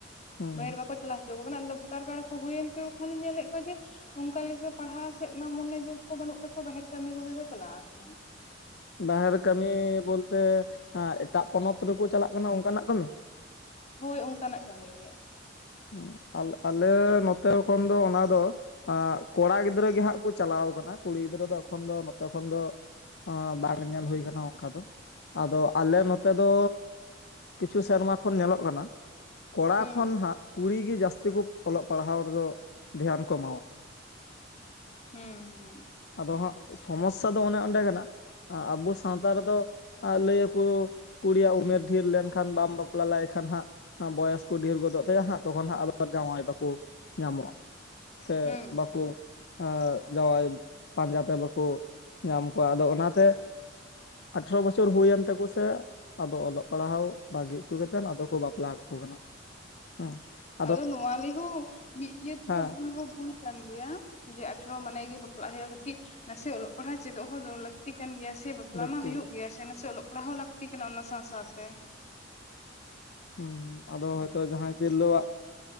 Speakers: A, on the left (about 60°); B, on the left (about 35°).
A: ᱦᱩᱸ
B: ᱵᱟᱹᱦᱤᱨ ᱵᱟᱠᱚ ᱪᱟᱞᱟᱣ ᱦᱚᱪᱚ ᱠᱟᱱᱟ, ᱟᱫᱚ ᱵᱷᱳᱴᱟᱨ ᱠᱟᱨᱰ ᱠᱚ ᱦᱩᱭᱮᱱ ᱛᱮᱠᱚ ᱠᱷᱟᱱᱤᱧ ᱧᱮᱞᱮᱫ ᱠᱚᱣᱟ ᱡᱮ ᱚᱱᱠᱟ ᱞᱮᱠᱟ ᱯᱟᱲᱦᱟᱣ ᱥᱮᱫ ᱢᱟ ᱢᱚᱱᱮ ᱡᱳᱜᱽ ᱠᱚ ᱵᱟᱹᱱᱩᱜ ᱛᱟᱠᱚᱣᱟ, ᱵᱟᱦᱮᱨ ᱠᱟᱹᱢᱤ ᱠᱚᱜᱮ ᱠᱚ ᱪᱟᱞᱟᱣ ᱟᱠᱟᱱᱟ ᱾
A: ᱵᱟᱦᱮᱨ ᱠᱟᱹᱢᱤ ᱵᱚᱞᱛᱮ ᱮᱴᱟᱜ ᱯᱚᱱᱚᱛ ᱨᱮᱠᱚ ᱪᱟᱞᱟᱜ ᱠᱟᱱᱟ ᱚᱱᱠᱟᱱᱟᱜ ᱠᱟᱹᱢᱤ?
B: ᱦᱳᱭ ᱚᱱᱠᱟᱱᱟᱜ ᱠᱟᱹᱢᱤ ᱜᱮ ᱾
A: ᱦᱩᱸ ᱟᱞᱼᱟᱞᱮ ᱱᱚᱛᱮ ᱠᱷᱚᱱ ᱫᱚ ᱚᱱᱟ ᱫᱚ ᱟᱸ ᱠᱚᱲᱟ ᱜᱤᱫᱽᱨᱟᱹ ᱜᱮ ᱦᱟᱸᱜ ᱠᱚ ᱪᱟᱞᱟᱣ ᱠᱟᱱᱟ, ᱠᱩᱲᱤ ᱜᱤᱫᱽᱨᱟᱹ ᱫᱚ ᱮᱠᱷᱚᱱ ᱫᱚ ᱱᱚᱛᱮ ᱠᱷᱚᱱ ᱫᱚ ᱟᱸ ᱵᱟᱝ ᱧᱮᱞ ᱦᱩᱭ ᱟᱠᱟᱱᱟ ᱚᱱᱠᱟ ᱫᱚ ᱾ ᱟᱫᱚ ᱟᱞᱮ ᱱᱚᱛᱮ ᱫᱚ ᱠᱤᱪᱷᱩ ᱥᱮᱨᱢᱟ ᱠᱷᱚᱱ ᱧᱮᱞᱚᱜ ᱠᱟᱱᱟ ᱠᱚᱲᱟ
B: ᱦᱩᱸ
A: ᱠᱷᱚᱱ ᱦᱟᱸᱜ ᱠᱩᱲᱤ ᱜᱮ ᱡᱟᱹᱥᱛᱤ ᱠᱚ ᱚᱞᱚᱜ ᱯᱟᱲᱦᱟᱣ ᱨᱮᱫᱚ ᱫᱷᱮᱭᱟᱱ ᱠᱚ ᱮᱢᱟᱣᱟ ᱾
B: ᱦᱮᱸ ᱦᱮᱸ ᱾
A: ᱟᱫᱚ ᱦᱟᱸᱜ ᱥᱚᱢᱚᱥᱥᱟ ᱫᱚ ᱚᱱᱮ ᱚᱱᱰᱮ ᱠᱟᱱᱟ, ᱟᱵᱚ ᱥᱟᱶᱛᱟ ᱨᱮᱫᱚ ᱞᱟᱹᱭᱟᱠᱚ ᱠᱩᱲᱤᱭᱟᱜ ᱩᱢᱮᱨ ᱰᱷᱮᱨ ᱞᱮᱱᱠᱷᱟᱱ, ᱵᱟᱢ ᱵᱟᱯᱞᱟ ᱞᱮᱭ ᱠᱷᱟᱱ ᱦᱟᱸᱜ ᱵᱚᱭᱚᱥ ᱠᱚ ᱰᱷᱮᱨ ᱜᱚᱫᱚᱜ ᱛᱟᱭᱟ ᱦᱟᱸᱜ ᱾ ᱛᱚᱠᱷᱚᱱ ᱦᱟᱸᱜ ᱟᱵᱟᱨ ᱡᱟᱶᱟᱭ ᱵᱟᱠᱚ ᱧᱟᱢᱚᱜᱼᱟ ᱥᱮ
B: ᱦᱩᱸ
A: ᱵᱟᱠᱚ ᱮᱸ ᱡᱟᱶᱟᱭ ᱯᱟᱸᱡᱟ ᱛᱮ ᱵᱟᱠᱚ ᱧᱟᱢ ᱠᱚᱣᱟ ᱾ ᱟᱫᱚ ᱚᱱᱟᱛᱮ ᱟᱴᱷᱨᱚ ᱵᱚᱪᱷᱚᱨ ᱦᱩᱭᱮᱱ ᱛᱟᱠᱩ ᱥᱮ ᱟᱫᱚ ᱚᱞᱚᱜ ᱯᱟᱲᱦᱟᱣ ᱵᱟᱹᱜᱤ ᱦᱩᱪᱩ ᱠᱟᱛᱮᱫ ᱟᱫᱚ ᱠᱚ ᱵᱟᱯᱞᱟ ᱠᱟᱠᱚ ᱠᱟᱱᱟ ᱾ ᱦᱩᱸ ᱾
B: ᱟᱫᱚ ᱱᱚᱣᱟ ᱞᱮᱦᱚᱸ, ᱢᱤᱫ ᱤᱭᱟᱹ ᱛᱮᱫᱚ
A: ᱦᱮᱸ
B: ᱵᱷᱩᱞ ᱦᱚᱸ ᱵᱷᱩᱞ ᱠᱟᱱ ᱜᱮᱭᱟ, ᱡᱮ ᱟᱴᱷᱨᱚ ᱢᱟᱱᱮ ᱜᱮ ᱵᱟᱯᱞᱟᱜ ᱦᱩᱭᱩᱜᱼᱟ ᱠᱟᱹᱴᱤᱜ ᱱᱟᱥᱮ ᱚᱞᱚᱜ ᱯᱟᱲᱦᱟᱜ ᱪᱮᱫᱚᱜ ᱦᱚᱸ ᱞᱟᱹᱠᱛᱤ ᱠᱟᱱ ᱜᱮᱭᱟ ᱥᱮ ᱾ ᱵᱟᱯᱞᱟ
A: ᱞᱟᱹᱠᱛᱤ
B: ᱢᱟ ᱦᱳᱭᱳᱜ ᱜᱮᱭᱟ ᱥᱮ ᱱᱟᱥᱮ ᱚᱞᱚᱜ ᱯᱟᱲᱦᱟᱜ ᱦᱚᱸ ᱞᱟᱹᱠᱛᱤ ᱠᱟᱱᱟ ᱚᱱᱟ ᱥᱟᱶ ᱥᱟᱶᱛᱮ ᱾
A: ᱦᱩᱸ ᱟᱫᱚ ᱦᱳᱭᱛᱚ ᱡᱟᱦᱟᱸᱭ ᱛᱤᱨᱞᱟᱹᱣᱟᱜ